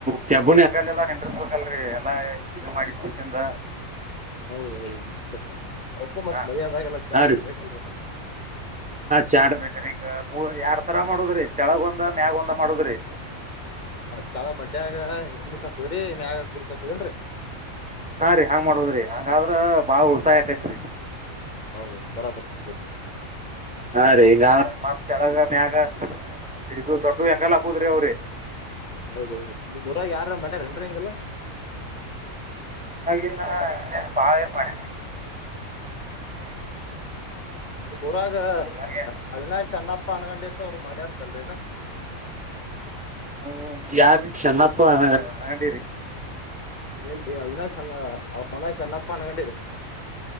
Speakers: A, in the centre; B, on the left.
A: ಕೆಯಾಬನ್ ಹಗ ಎಲ್ಲ ಇಂಟ್ರೆಸ್ಟ್ ಬೋಗಲ್ರಿ ಎಲ್ಲಾ ಇದು ಮಾಡಿದ್ಷನ್ದ
B: ಹೌದೌದು ಅಪ್ಪು ಮತ್
A: ಹಾ
B: ಮರಿದಾಗಲ್ಲ ಚಾಟ್ದು
A: ಹಾ
B: ಬೇಕಲ್ರಿ ಮತ್ತ
A: ಚಾಟ್ ಬೇಕ್ರ ಈಗ ಮೂ ಯಾರ್ ತರ ಮಾಡದ್ರಿ ತೆಳಗ ಒಂದ ಮ್ಯಾಗ ಒಂದ ಮಾಡದ್ರಿ
B: ಅ ಚಲ ಬಡ್ಡ್ಯಾಗ ಎಣ್ಣಿ ಸಪ್ಪದ್ರೀ ಮ್ಯಾಗ ಕುರಿ ಸಪ್ಪಪದೇನ್ರರಿ
A: ಹಾ ರೀ ಹಾಂಗ ಮಾಡದ್ರಿ ಹಂಗಾದ್ರ ಬಾಳ ಉಳ್ತಾಯಿ ಆಕೈತ್ರಿ
B: ಹೌದೌದು ಬರಾಬರಿ ನಿಮ
A: ಹಾ ರೀ ಈಗ ಮತ್ತ ಕೆಳಗ ಮ್ಯಾಗ ಇದು ದೊಡ್ಡ ಹೆಂಗಾಲ ಹಾಕುದ್ರಿ ಅವ್ರರಿ
B: ಹೌದೌದು ನಿಮ್ ಊರಾಗ ಯಾರ ಮಾಡ್ಯಾರ ಏನ್ರಿ ಹಂಗಲ್ಲ
A: ಹಾಗೆ ಬಾಳೆ ಮಾಡ <inaudible>
B: ಮುರಾಗ
A: ಹಾಗೆ
B: ಅವಿನಾಶ್ ಅಣ್ಣಪ್ಪ ಅಣಗೊಂಡೆತ ಅವ್ರು ಮ ಎರ್ತಲ್ರರಿ ಏನ
A: ಹ ಯಾರೀ ಚನ್ನಪ್ಪ ಅರಾಗೊಂಡಿರಿ
B: ಹೇಳ್ತ್ರಿ ಅವಿನಾಶ್ ಚಣ್ಣ ಅವ ಅವಿನಾಯಶ್ ಚನ್ನಪ್ಪಾ ಅನ್ಕೊಂಡಿರರಿ